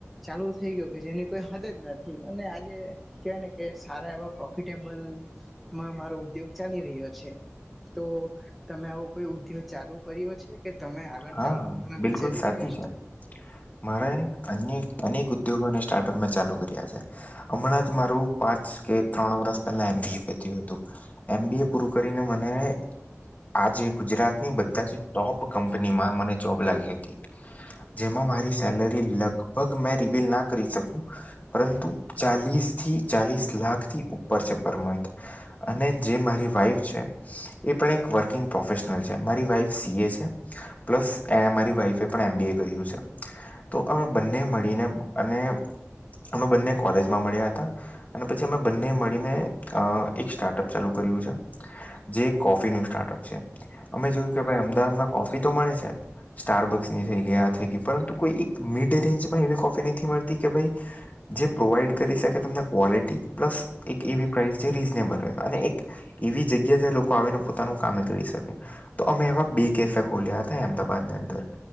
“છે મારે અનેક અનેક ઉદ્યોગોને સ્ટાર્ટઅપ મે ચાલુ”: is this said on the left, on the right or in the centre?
Left